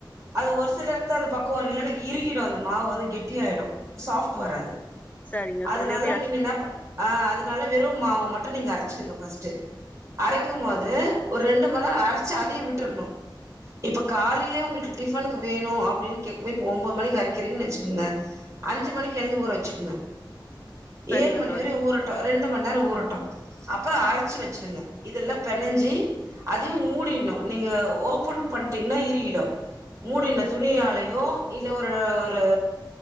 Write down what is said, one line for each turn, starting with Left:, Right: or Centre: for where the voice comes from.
Right: அது ஒரு சில இடத்த அது பக்குவம் இல்லனுவை இருக்கிடும் அந்த மாவை வந்து கெட்டியா ஆயிடும் சாப்ட் வராது
Left: சரிங்க
Right: அதனால
Left: தோழி அப்டியா
Right: நீங்க என்ன பன் ஆ அதனால வெறும் மாவு மட்டும் நீங்க அரைச்சடுங்க பஸ்ட்டு அரைக்கும் போது ஒரு ரெண் ட்டு போதே அரைச்சு அதையும் விட்டுருணும் இப்ப காலையே உங்களுக்கு டிஃபனுக்கு வேணும் அப்டின்னு கேட்க போய் இப்போ ஒன்பது மணிக்கு அரைக்கிறீங்கன்னு வச்சுக்கோங்க அஞ்சு மணிக்கு எழுந்து ஊற வச்சுக்கங்க
Left: சரிங்க
Right: ஏழு மணி
Left: தோழி
Right: வரை ஊரட் ரெண்டு மண்நேரம் ஊரட்டும் அப்பறம் அரைச்சு வச்சுடுங்க இதெல்லாம் பெனைஞ்சி அதையும் மூடினும் நீங்க ஓபன் பண்ணிட்டீங்கன்னா இருகிடும் மூடின துணியாலையோ இல்ல ஒரு ஒரு